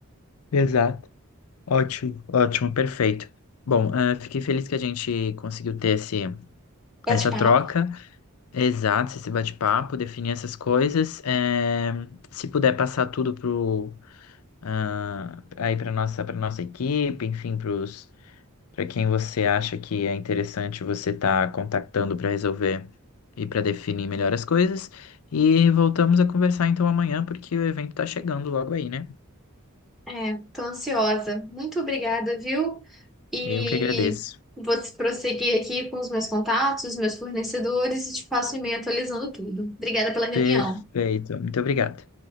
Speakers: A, on the left (about 80°); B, in the centre.
A: Exato. Ótimo, ótimo, perfeito. Bom, ah, fiquei feliz que a gente conseguiu ter esse,
B: Bate-papo.
A: essa troca, exato, esse bate-papo, definir essas coisas. Eh, se puder passar tudo pro, ah, aí para nossa, para nossa equipe, enfim, para Para quem você acha que é interessante você estar contactando para resolver e para definir melhor as coisas. E voltamos a conversar então amanhã, porque o evento está chegando logo aí, né?
B: É, tô ansiosa. Muito obrigada, viu? E
A: Eu que agradeço.
B: vou prosseguir aqui com os meus contatos, meus fornecedores e te passo o e-mail atualizando tudo. Obrigada pela reunião.
A: Perfeito. Muito obrigado.